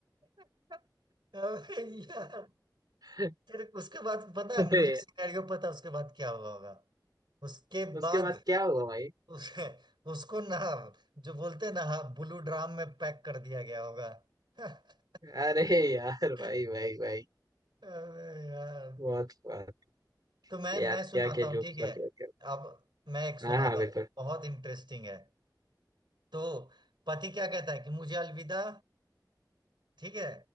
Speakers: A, on the right (about 90°); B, on the right (about 60°).
A: <laughs> अबे यार
B: <laughs>
A: फिर उसके बाद पता है
B: अरे
A: मुझे सिनेरियो पता है उसके बाद क्या हुआ होगा उसके
B: उसके
A: बाद
B: बाद क्या हुआ भाई
A: उस, उसको ना जो बोलते हैं ना हाँ, ब्लू ड्राम में पैक कर दिया गया होगा <laughs>
B: अरे यार
A: अरे
B: भाई भाई भाई
A: यार
B: बहुत बात
A: तो मैं
B: यार
A: मैं सुनाता
B: क्या क्या
A: हूँ
B: जोक
A: ठीक
B: चल
A: है
B: रहे थे
A: अब मैं एक सुनाता
B: हाँ हाँ बिल्कुल
A: हूँ बहुत इंटरेस्टिंग है तो पति क्या कहता है कि मुझे अलविदा ठीक है